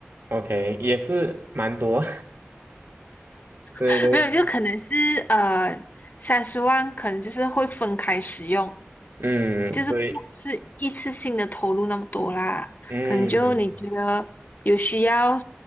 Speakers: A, on the right; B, on the left.
A: OK，也是蛮多，<laughs> 对对对，
B: <laughs> 没有，就可能是呃，三十万可能就是会分开使用，
A: 嗯，
B: 就是不是一次性的投入那么多啦。
A: 对，嗯
B: 可能就你觉得有需要，